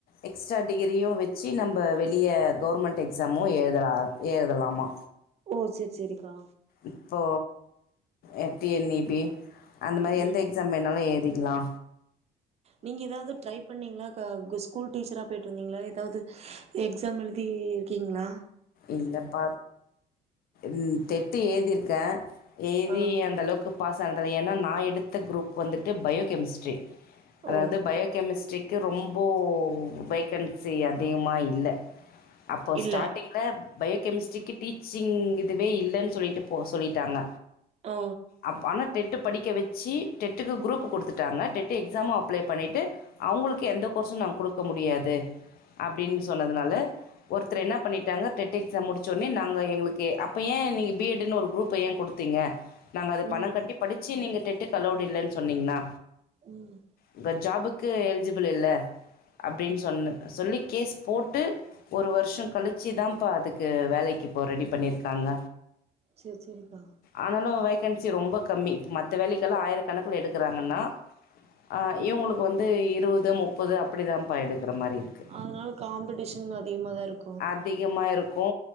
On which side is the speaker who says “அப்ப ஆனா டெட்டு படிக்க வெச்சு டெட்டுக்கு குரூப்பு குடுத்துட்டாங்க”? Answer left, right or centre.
Left